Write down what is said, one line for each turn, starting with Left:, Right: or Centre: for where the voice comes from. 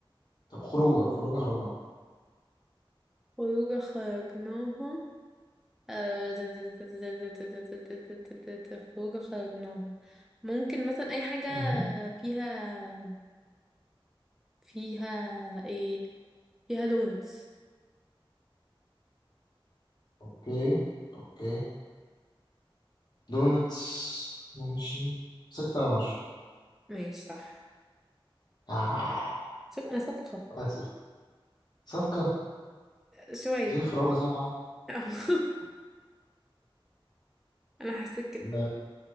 Left: طب خروجة خروجة خرجناها
Centre: خروجة خرجناها آه، ت- ت- ت- ت- ت- ت- ت- ت- ت- ت- ت- خروجة خرجناها ممكن مثلا أي حاجة
Left: مم.
Centre: فيها فيها ايه فيها دونتس
Left: أوكي أوكي دونتس ماشي ستة من عشرة
Centre: ماشي صح
Left: آه
Centre: شوف أنا صادقة
Left: آسف صفقة
Centre: شوية
Left: عصير فراولة سبعة
Centre: <laughs> أنا حسيت كده
Left: ده